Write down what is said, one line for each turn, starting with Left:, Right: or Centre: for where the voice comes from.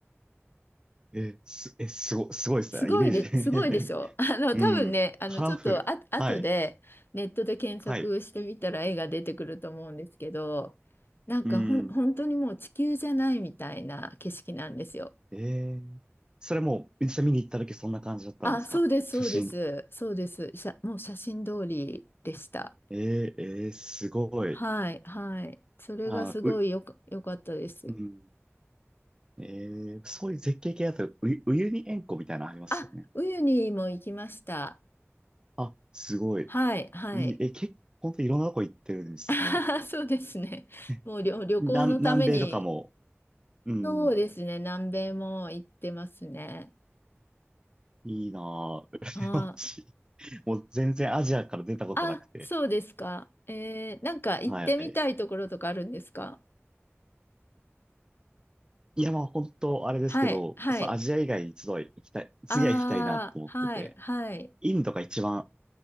Right: え、す、え、すご、すごいですね。
Left: すごいで、
Right: イメージ。
Left: すごいでしょ <laughs> あの、
Right: <laughs> うん。
Left: 多分ね、あの、
Right: カラフル。
Left: ちょっとあ、後でネットで検索してみたら絵が出てくると思うんですけど、
Right: はい。はい。
Left: なんかほん、
Right: うん。
Left: 本当にもう地球じゃないみたいな景色なんですよ。
Right: えー、それも、実際見に行った時そんな感じだったんですか写真。
Left: あ、そうです、そうです、そうです。写もう写真通りでした。
Right: えー、えー、すごい。
Left: はい、はい。それがすごいよか、
Right: あ、う、
Left: よかったです。
Right: うん。えー、そういう絶景系だと、う、ウユニ塩湖みたいなのありますよね。
Left: あ、ウユニも行きました。
Right: あ、すごい。
Left: はい、はい。
Right: いい、え、結構、ほんといろんなとこ行ってるんですね。
Left: <laughs> そうですね。
Right: <laughs>
Left: もう旅、旅行のために、
Right: 南、南米とかも、うん、
Left: そうですね。南米も行ってますね。
Right: いいなぁ。
Left: あー
Right: 羨ましいもう全然アジアから出たことなくて。
Left: あ、そうですか。えー、なんか行ってみたいところとかあるんですか
Right: はい。いや、まあ本当あれですけど、
Left: はい、はい。
Right: そう、アジア以外一度は行きたい、
Left: ああ、
Right: 次は行きたいなと思ってて、
Left: はい、はい。
Right: インドが一番、